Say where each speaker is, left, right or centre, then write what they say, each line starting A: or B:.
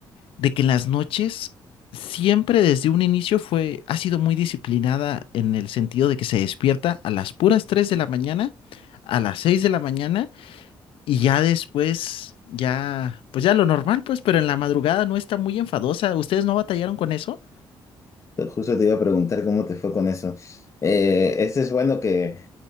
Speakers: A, on the left; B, on the left.
A: de que en las noches siempre desde un inicio fue, ha sido muy disciplinada en el sentido de que se despierta a las puras 3 de la mañana, a las 6 de la mañana y ya después, ya, pues ya lo normal, pues, pero en la madrugada no está muy enfadosa. ¿Ustedes no batallaron con eso?
B: Justo te iba a preguntar cómo te fue con eso. Eh, este es bueno que...